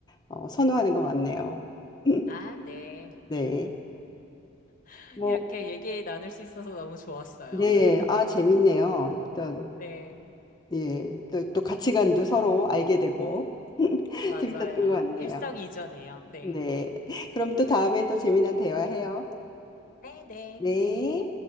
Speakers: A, on the left; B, on the left.
A: 어, 선호하는 것 같네요. <clears throat> <laughs>
B: 아, 네.
A: 네.
B: <laughs>
A: 뭐
B: 이렇게 얘기 나눌 수 있어서 너무 좋았어요.
A: 네.
B: <laughs>
A: 아 재밌네요. 어떤
B: 네,
A: 예. 또, 또 가치관도 서로 알게 되고 <laughs>
B: 맞아요.
A: 재밌었던 것 같네요.
B: 일석이조네요. 네.
A: 네. 그럼 또 다음에 또 재미난 대화해요.
B: 네, 네.
A: 네.